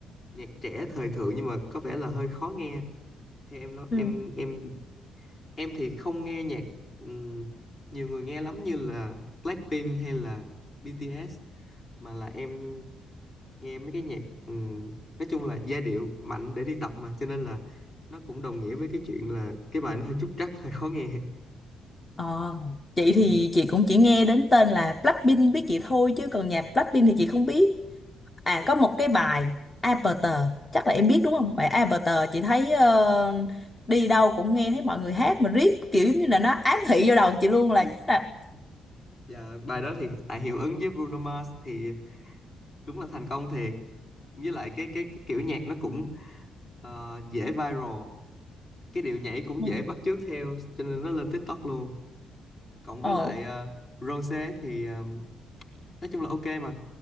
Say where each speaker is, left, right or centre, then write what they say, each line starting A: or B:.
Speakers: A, on the left; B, on the left.
A: nhạc trẻ thời thượng nhưng mà có vẻ là hơi khó nghe thì em nó
B: Ừ.
A: em em em thì không nghe nhạc ừm, nhiều người nghe lắm như là Blackpink hay là BTS mà là em nghe mấy cái nhạc ừm, nói chung là giai điệu mạnh để đi tập mà cho nên là nó cũng đồng nghĩa với cái chuyện là cái bài nó hơi trúc trắc <laughs> hơi khó nghe
B: Ờ, chị
A: ừ.
B: thì chị cũng chỉ nghe đến tên là Blackpink biết chị thôi chứ còn nhạc Blackpink thì chị không biết. À có một cái bài Aperter chắc là em biết đúng không? Bài Aperter chị thấy ờ, đi đâu cũng nghe thấy mọi người hát mà riết kiểu giống như là nó ám thị vô đầu chị luôn là chính là
A: và bài đó thì tại hiệu ứng với Bruno Mars thì đúng là thành công thiệt với lại cái cái, cái kiểu nhạc nó cũng ờ, dễ viral cái điệu nhảy
B: <laughs>
A: cũng
B: ừ,
A: dễ bắt chước theo cho nên nó lên TikTok luôn cộng
B: ờ,
A: với lại ờ, Rosé thì ờ, nói chung là ok mà